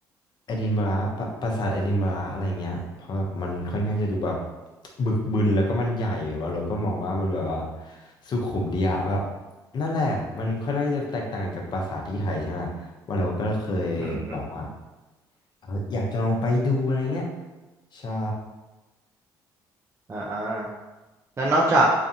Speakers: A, on the left; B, on the right.
A: เอดินบะระปะปราสาทเอดินบะระอะไรเงี้ยเพราะแบบมันค่อนข้างจะดูแบบบึกบึนแล้วก็มันใหญ่ว่าเราก็มองว่ามันแบบว่าสุขุมดีอะแบบนั่นแหละมันค่อนข้างจะแตกต่างจากปราสาทที่ไทยใช่ไหมล่ะว่าเราก็เคยแบบว่า
B: อืมอม
A: เอออยากจะลองไปดูอะไรเงี้ยใช่
B: อ่าอ่าแล้วนอกจาก